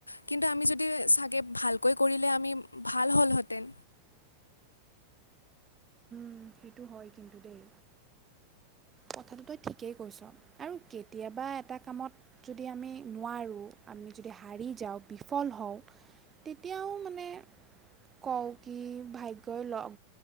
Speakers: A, on the left; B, on the right.
A: কিন্তু আমি যদি চাগে ভালকৈ কৰিলে আমি ভাল হ'লহেঁতেন?
B: উম সেইটো হয় কিন্তু দেই। কথাটো তই ঠিকেই কৈছ আৰু কেতিয়াবা এটা কামত যদি আমি নোৱাৰোঁ, আমি যদি হাৰি যাওঁ, বিফল হওঁ তেতিয়াও মানে কওঁ কি ভাগ্যই লগ